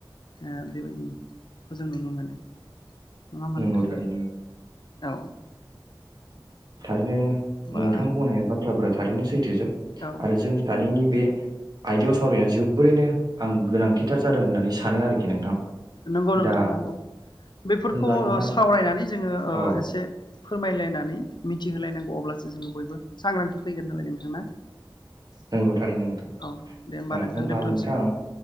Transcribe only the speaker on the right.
नंगौ
थारैनो
थारैनो
नोंथां बुंनाय बाथ्राफ्रा थारैनो सैथोजोब
आरो जों सानैनि बे आयदायाव सावरायनाया जोबोरैनो आं गोनांथिथार जादों होननानै सानो आरोखि नोंथां
दा
होनब्ला नोंथां
औ
नोंगौ थारैनो नोंथां
आ
होनब्ला
नोंथां